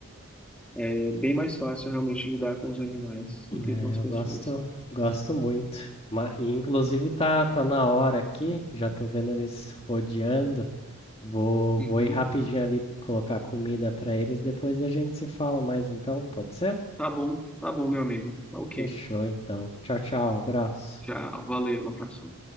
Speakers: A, in the centre; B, on the left (about 25°).
A: é bem mais fácil realmente lidar com os animais do
B: É,
A: que com as
B: eu
A: pessoas.
B: gosto, gosto muito. Ma- E, inclusive, tá, tá na hora aqui, já tô vendo eles rodeando. Vou,
A: Uhum.
B: vou ir rapidinho ali colocar comida para eles, depois a gente se fala mais, então, pode ser?
A: Tá bom, tá bom, meu amigo. Tá ok.
B: Fechou, então. Tchau, tchau, abraço.
A: Tchau, valeu, abração.